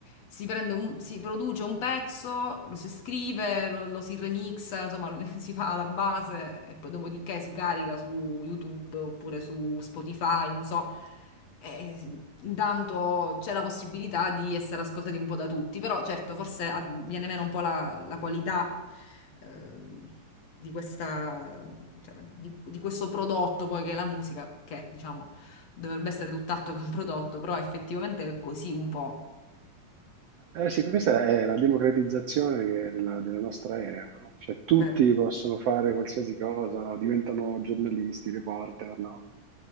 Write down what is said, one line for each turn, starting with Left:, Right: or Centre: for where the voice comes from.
Left: si prende un, si produce un pezzo, lo si scrive, lo, lo si remixa, insomma, <laughs> si fa alla base e poi dopodiché si carica su YouTube oppure su Spotify, non so. E intanto c'è la possibilità di essere ascoltati un po' da tutti, però certo forse ah, viene meno un po' la la qualità ehm, di questa, cioè, di, di questo prodotto poi che è la musica, che diciamo dovrebbe essere tutt'altro che un prodotto, però effettivamente è così un po',
Right: Eh sì, questa è la democratizzazione che- della, della nostra era, no? Cioè tutti
Left: vero?
Right: possono fare qualsiasi cosa, diventano giornalisti, reporter, no?